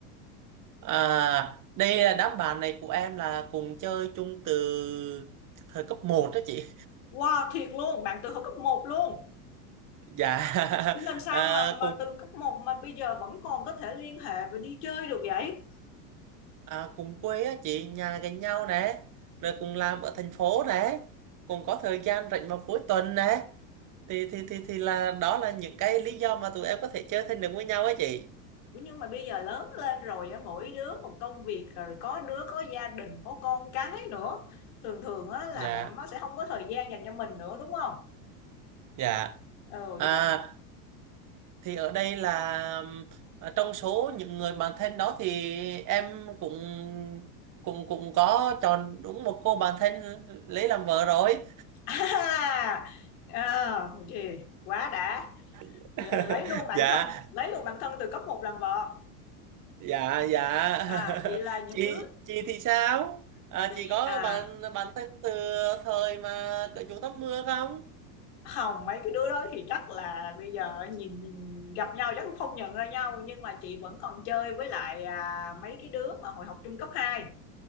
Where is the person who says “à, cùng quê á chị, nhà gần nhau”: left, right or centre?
Right